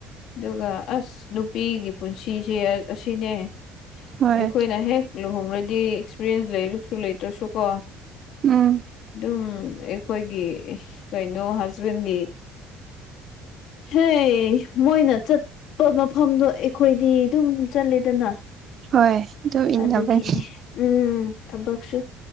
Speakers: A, on the left; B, on the right.
A: ꯑꯗꯨꯒ ꯑꯁ ꯅꯨꯄꯤꯒꯤ ꯄꯨꯟꯁꯤꯁꯦ ꯑ ꯑꯁꯤꯅꯦ
B: ꯍꯣꯏ
A: ꯑꯩꯈꯣꯏꯅ ꯍꯦꯛ ꯂꯨꯍꯣꯡꯔꯗꯤ ꯑꯦꯛꯁ꯭ꯄꯔꯦꯟꯁ ꯂꯩꯔꯁꯨ ꯂꯩꯇ꯭ꯔꯁꯨꯀꯣ
B: ꯎꯝ
A: ꯑꯗꯨꯝ ꯈꯣꯏꯒꯤ ꯀꯩꯅꯣ ꯍꯁꯕꯦꯟꯒꯤ ꯍꯩ ꯃꯣꯏꯅ ꯆꯠꯄ ꯃꯐꯝꯗꯣ ꯑꯩꯈꯣꯏꯗꯤ ꯗꯨꯝ ꯆꯠꯂꯦꯗꯅ
B: ꯍꯣꯏ ꯑꯗꯨ ꯏꯟꯅꯕꯅꯤ
A: ꯑꯗꯨꯒꯤꯅꯦ ꯎꯝ ꯊꯕꯛꯁꯨ